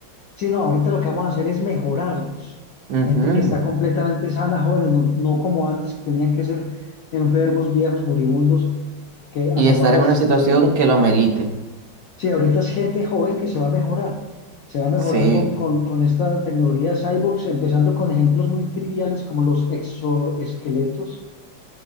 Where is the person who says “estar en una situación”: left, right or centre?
Right